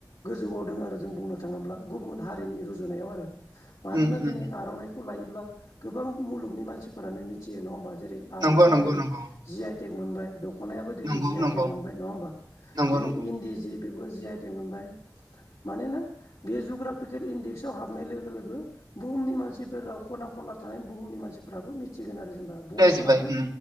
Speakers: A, on the left; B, on the right.
A: गोजौआव दोङो आरो जों बुंनो थाङोब्ला गुबुन हारिनि रुजुनायाव आरो मानोना
B: उम
A: दिनै
B: उम
A: आर'नाइखौ लायोब्ला गोबां मुलुगनि मानसिफोरानो मिथियो नङा होमबा। जेरै आर'नाइ
B: नंगौ नंगौ
A: जोंनि
B: नंगौ
A: जि आइटेक मोनबाय दख नायाबो दिनै
B: नंगौ
A: जि आइटेक
B: नंगौ
A: मोनबाय नङा होमबा
B: नंगौ
A: जेरै
B: नंगौ
A: इन्दि जि बेबो जि आइटेक मोनबाय। मानोना बे जुग्राफिकेल इन्डेक्सआव हाबनाय लोगो-लोगो बुहुमनि मानसि फोराव खना खनला थानाय बुहुमनि मानसिफ्राबो मिथिगोन आरो जेनेबा बर'फोरादि
B: रायजोबबाय उम